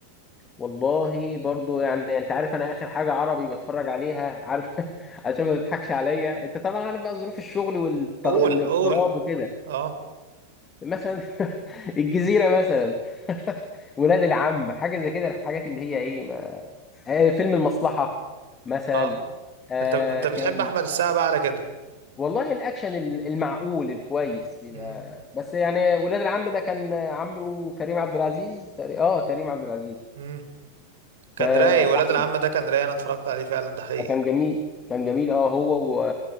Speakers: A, on the left; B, on the right.
A: والله برضو يعني انت عارف انا اخر حاجه عربي بتفرج عليها عارف <laughs> عشان ما تضحكش عليا انت طبعا عارف بقى ظروف الشغل
B: قول
A: والاغتراب
B: قول
A: وكده
B: اه
A: مثلا <laughs> الجزيره مثلا <laughs> ولاد العم حاجه زي كده الحاجات اللي هي ايه آه، فيلم المصلحة مثلا
B: اه
A: آه
B: انت انت بتحب
A: كان
B: احمد السقا بقى على كده
A: والله الأكشن ال- المعقول الكويس بيبقى
B: مم،
A: بس يعني ولاد العم ده كان عامله كريم عبد العزيز تقري- اه كريم عبد العزيز
B: مم. كان
A: فأحمد
B: رايق ولاد العم ده كان رايق انا اتفرجت عليه فعلا ده حقيقي
A: كان جميل كان جميل اه هو و...